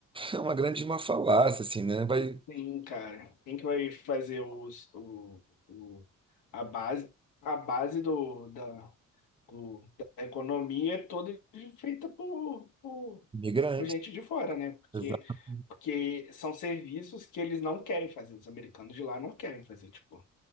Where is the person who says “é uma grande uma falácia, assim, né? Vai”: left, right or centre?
Right